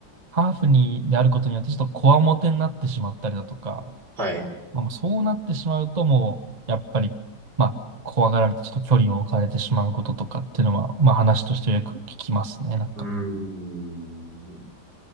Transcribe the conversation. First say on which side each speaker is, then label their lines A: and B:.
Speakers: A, on the right; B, on the right.
A: ハーフに、であることによって、ちょっとこわもてになってしまったりだとか、
B: はい。
A: まあ、もうそうなってしまうと、もう、やっぱり、まあ、怖がられて、ちょっと距離を置かれてしまうこととかっていうのは、まあ、話としてよく聞きますね、なんか。
B: うん、